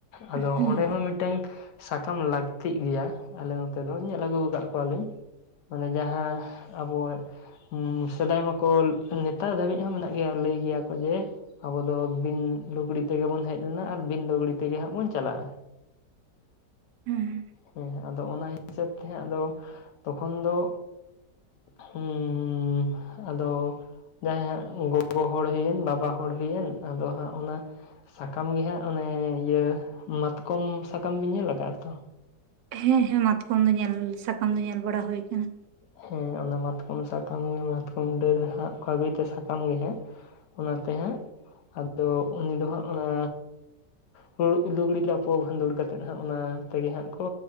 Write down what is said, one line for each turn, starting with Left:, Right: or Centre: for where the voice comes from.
Left: ᱟᱫᱚ
Right: ᱦᱮᱸ
Left: ᱚᱸᱰᱮ ᱦᱚᱸ ᱢᱤᱫᱽᱴᱟᱹᱝ ᱥᱟᱠᱟᱢ ᱞᱟ ᱛᱤᱜ ᱜᱮᱭᱟ, ᱟᱞᱮ ᱱᱚᱛᱮ ᱫᱚ ᱧᱮᱞ ᱟᱹᱜᱩ ᱟᱠᱟᱫ ᱠᱚᱣᱟᱞᱤᱧ ᱢᱟᱱᱮ ᱡᱟᱦᱟᱸ ᱟᱵᱚᱭ ᱩᱸᱻ ᱥᱮᱫᱟᱭ ᱢᱟᱠᱚ ᱱᱮᱛᱟᱨ ᱫᱷᱟᱹᱵᱤᱡ ᱦᱚᱸ ᱢᱮᱱᱟᱜ ᱜᱮᱭᱟ, ᱞᱟᱹᱭ ᱜᱮᱭᱟ ᱠᱚ ᱡᱮ ᱟᱵᱚ ᱫᱚ ᱵᱤᱱ ᱞᱩᱜᱽᱲᱤ ᱛᱮᱜᱮ ᱵᱚᱱ ᱦᱮᱡ ᱞᱮᱱᱟ, ᱟᱨ ᱵᱤᱱ ᱞᱩᱜᱽᱲᱤ ᱛᱮᱜᱮ ᱦᱟᱸᱜ ᱵᱚᱱ ᱪᱟᱞᱟᱜᱼᱟ᱾
Right: ᱦᱩᱸ᱾
Left: ᱦᱮᱸ ᱟᱫᱚ ᱚᱱᱟ ᱦᱤᱥᱟᱹᱵᱽ ᱛᱮ ᱦᱟᱸᱜ ᱟᱫᱚ ᱛᱚᱠᱷᱚᱱ ᱫᱚ ᱦᱩᱸᱻ ᱟᱫᱚ ᱡᱟᱦᱟᱸᱭ ᱦᱟᱸᱜ ᱜᱚᱜᱚ ᱦᱚᱲ ᱦᱩᱭᱮᱱ ᱵᱟᱵᱟ ᱦᱚᱲ ᱦᱩᱭᱮᱱ ᱟᱫᱚ ᱦᱟᱸᱜ ᱚᱱᱟ ᱥᱟᱠᱟᱢ ᱜᱮ ᱦᱟᱸᱜ ᱚᱱᱮ ᱤᱭᱟᱹ ᱢᱟᱛᱠᱚᱢ ᱥᱟᱠᱟᱢ ᱵᱤᱱ ᱧᱮᱞ ᱟᱠᱟᱫᱼᱟ ᱛᱚ?
Right: ᱦᱮᱸ ᱦᱮᱸ ᱢᱟᱛᱠᱚᱢ ᱫᱚ ᱧᱮᱞ ᱥᱟᱠᱟᱢ ᱫᱚ ᱧᱮᱞ ᱵᱟᱲᱟ ᱦᱳᱭ ᱠᱟᱱᱟ᱾
Left: ᱦᱮᱸ ᱚᱱᱟ ᱢᱟᱛᱠᱚᱢ ᱥᱟᱠᱟᱢ ᱜᱮ, ᱢᱟᱛᱠᱚᱢ ᱰᱟᱹᱨ ᱦᱟᱸᱜ ᱟᱹᱜᱩᱭ ᱛᱮ ᱥᱟᱠᱟᱢ ᱜᱮ ᱦᱟᱸᱜ ᱚᱱᱟᱛᱮ ᱦᱟᱸᱜ ᱟᱫᱚ ᱩᱱᱤ ᱫᱚ ᱦᱟᱸᱜ ᱚᱱᱟ ᱦᱳ ᱞᱩᱜᱽᱲᱤ ᱞᱟᱯᱚ ᱵᱷᱟᱺᱫᱩᱲ ᱠᱟᱛᱮᱫ ᱦᱟᱸᱜ ᱚᱱᱟ ᱛᱮᱜᱮ ᱦᱟᱸᱜ ᱠᱚ